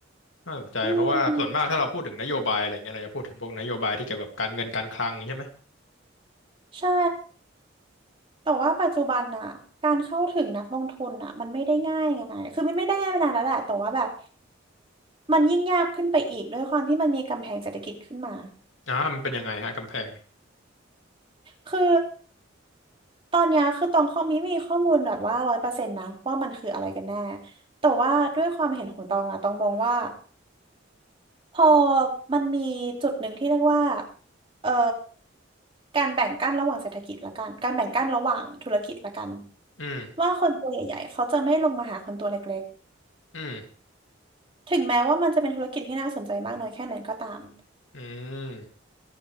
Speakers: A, on the left; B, on the right.
A: น่าสนใจเพราะว่าส่วนมากถ้าเราพูดถึงนโยบายอะไรเงี้ยเราจะพูดถึงพวกนโยบายที่เกี่ยวกับการเงินการคลังใช่ไหม
B: อืมใช่แต่ว่าปัจจุบันน่ะการเข้าถึงนักลงทุนน่ะมันไม่ได้ง่ายไงคือไม่ไม่ได้ง่ายมานานแล้วแหละแต่ว่าแบบมันยิ่งยากขึ้นไปอีกด้วยความที่มันมีกำแพงเศรษฐกิจขึ้นมา
A: อ่ามันเป็นยังไงฮะกำแพง
B: คือตอนเนี้ยคือตองข้อมีมีข้อมูลแบบว่าร้อยเปอร์เซ็นต์นะว่ามันคืออะไรกันแน่แต่ว่าด้วยความเห็นของตองอะตองมองว่า พอมันมีจุดหนึ่งที่เรียกว่าเอ่อการแบ่งกั้นระหว่างเศรษฐกิจละกันการแบ่งกั้นระหว่างธุรกิจละกัน
A: อืม
B: ว่าคนตัวใหญ่ๆเขาจะไม่ลงมาหาคนตัวเล็ก
A: อืม
B: ๆ ถึงแม้ว่ามันจะเป็นธุรกิจที่น่าสนใจมากน้อยแค่ไหนก็ตาม
A: อืม